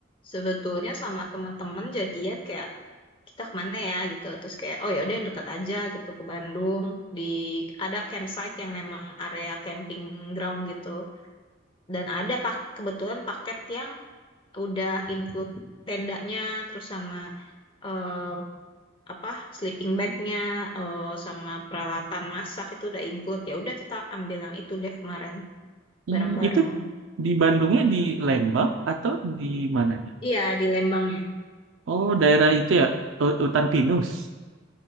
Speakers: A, on the left; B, on the right.
A: sebetulnya sama temen-temen jadian kayak kita kemana ya gitu terus kayak oh ya udah yang dekat aja gitu ke Bandung di ada campsite yang memang area camping ground gitu dan ada pak kebetulan paket yang udah include tendanya terus sama eh, apa sleeping bagnya eh, sama peralatan masak itu udah include ya udah kita ambil yang itu deh kemarin
B: hmm,
A: bareng-bareng
B: itu di Bandungnya di Lembang atau di mananya
A: iya di Lembangnya
B: oh daerah itu ya hu- hutan pinus